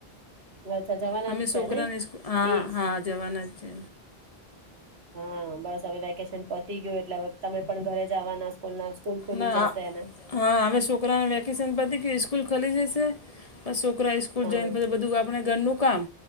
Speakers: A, on the right (about 75°); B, on the left (about 35°).
A: અચ્છા જવાના
B: અમે
A: જ છે
B: છોકરાને
A: નહી
B: સ્કૂ- હા
A: એજ
B: હા જવાના જ છે
A: હા, બસ હવે વેકેશન પતી ગયું એટલે હવે તમે પણ ઘરે જવાના. કૂલના સ્કૂલ ખુલી
B: ના
A: જશે
B: હા
A: અને
B: હા, હવે છોકરાને વેકેશન પતી ગયું કે સ્કૂલ ખાલી જશે બસ છોકરા સ્કૂલ
A: હા
B: જોઈને પછી બધું આપણે ઘરનું કામ